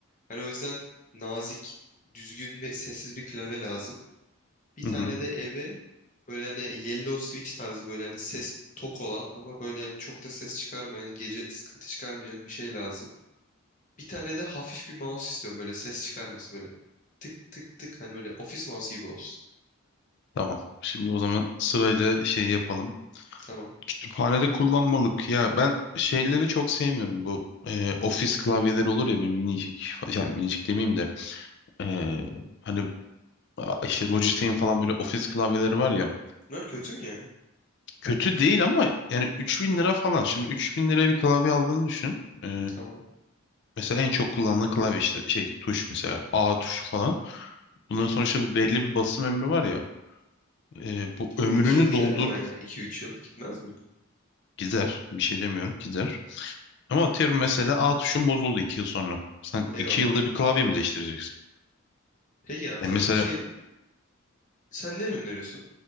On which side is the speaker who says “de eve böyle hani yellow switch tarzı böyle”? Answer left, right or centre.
Left